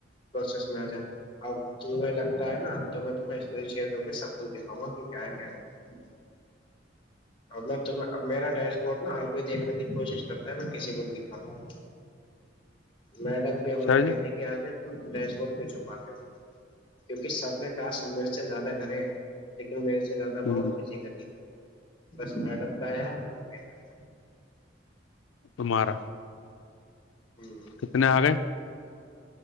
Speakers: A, on the left (about 25°); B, on the left (about 80°).
A: پروسیس میں آ جائے اب تہیں لگتا ہے نا تو میں تمہیں اسکرین شیئر کر کے سب کچھ دکھاؤں گا کہ کیا ہے کیا نہیں ہے اور میرا ڈیش بورڈ نا ہر کوئی دیکھنے کی کوشش کرتا ہے میں کسی کو نہیں دکھاتا ہ میڈم بھی
B: اچھا
A: ہمارے کہتے
B: جی
A: ہیں کہ آصف تم ڈیش بڈ پ چھپاتے ہو کیونکہ سب نے ٹاسک میرے سے زیادہ کرے لیکن مے سے س سے زیادہ
B: ہ
A: باؤنڈ کھیچے کر نہیں ہے <unintelligible> بس میڈم کا ہے ہے اور میرا ہے
B: تمارا
A: ہے ہ
B: کتنے آ گئے